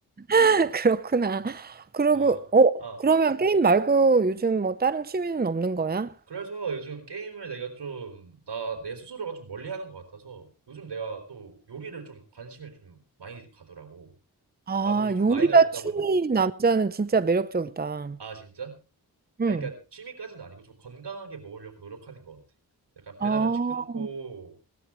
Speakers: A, on the right; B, on the right.
A: <laughs> 그렇구나. 그러고,
B: 어
A: 어,
B: 어.
A: 그러면 게임 말고 요즘 뭐 다른 취미는 없는 거야?
B: 그래서 요즘 게임을 내가 좀, 나, 내 스스로가 좀 멀리 하는 것 같아서 요즘 내가 또 요리를 좀 관심이 좀 많이 가더라고.
A: 아,
B: 나도 좀
A: 요리가
B: 나이가 있다
A: 취미인
B: 보니,
A: 남자는 진짜 매력적이다.
B: 아, 진짜?
A: 응.
B: 아, 그러니까 취미까지는 아니고 좀 건강하게 먹으려고 노력하는 것 같아. 약간 배달
A: 아,
B: 음식 끊고